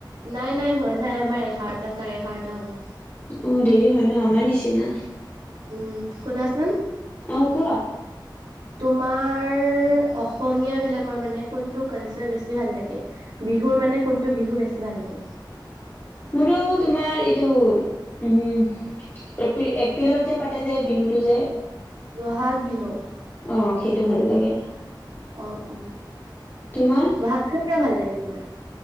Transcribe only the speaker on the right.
নাই নাই হোৱা নাই আমাৰ এঘাৰটা চাৰে এঘাৰটা হ'ব।
উম, শুনাচোন।
তোমাৰ অসমীয়া বিলাকৰ মানে কোনটো কালচাৰ বেছি ভাল লাগে, বিহুৰ মানে কোনটো বিহু বেছি ভাল লাগে?
বহাগ বিহু।
অ অ,
বহাগ বিহু কিয় ভাল লাগে তোমাৰ?